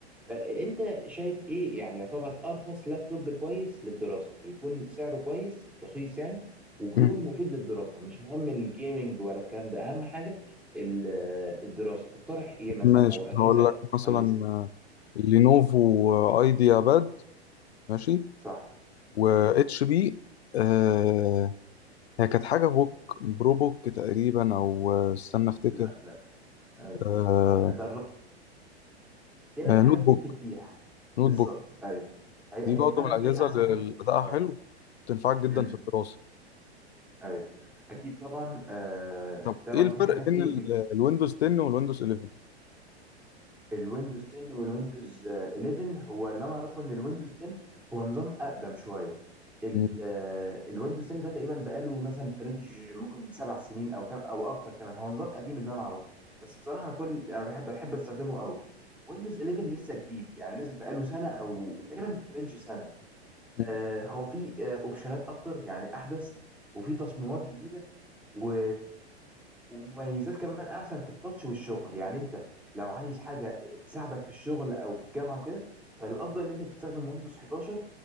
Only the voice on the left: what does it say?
مم.
ماشي
هقول لك مثلا
لينوفو ايديا باد ماشي
و
اتش بي آه هي كانت حاجه بوك برو بوك تقريبا او آه، استنى افتكر
آه
آه
نوت
بوك
نوت
بوك
دي برضه
من الاجهزه
اللي
ادائها
حلو تنفعك جدا
في الدراسه
طب
ايه الفرق
بين
ال- الويندوز 10 والويندوز 11
مم.
مم.